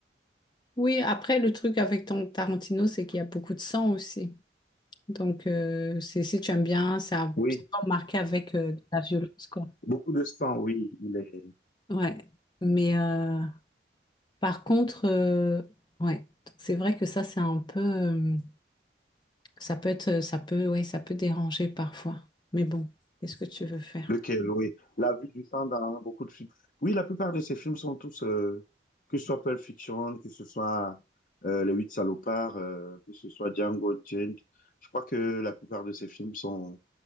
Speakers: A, on the left (about 25°); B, on the left (about 45°).
A: Oui, après, le truc avec ton Tarantino, c'est qu'il y a beaucoup de sang aussi. Donc, euh, c'est, si tu aimes bien, ça
B: Oui,
A: c'est pas marqué avec euh, de la violence, quoi.
B: beaucoup de sang, oui, il est...
A: Ouais. Mais euh, par contre, euh, ouais. Donc, C'est vrai que ça, c'est un peu. euh, ça peut être. euh, Ça peut, ouais, ça peut déranger parfois. Mais bon, qu'est-ce que tu veux faire?
B: Lequel, oui. La vue du sang dans beaucoup de films. Oui, la plupart de ces films sont tous, euh, que ce soit Pulp Fiction, que ce soit euh, Les Huit Salopards, euh, que ce soit Django Unchained. Je crois que la plupart de ces films sont,